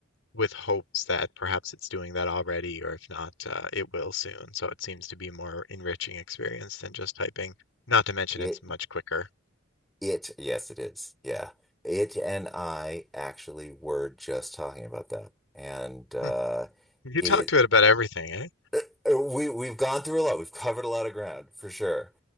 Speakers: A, on the left; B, in the centre.
A: with hopes that perhaps it's doing that already, or if not, uh, it will soon. So it seems to be a more enriching experience than just typing. Not to mention
B: It,
A: it's much quicker.
B: it, yes, it is. Yeah. It and I actually were just talking about that. And uh,
A: Hmm. You
B: it
A: talk
B: is.
A: to it about everything, eh?
B: Uh, We we've gone through a lot. We've covered a lot of ground for sure.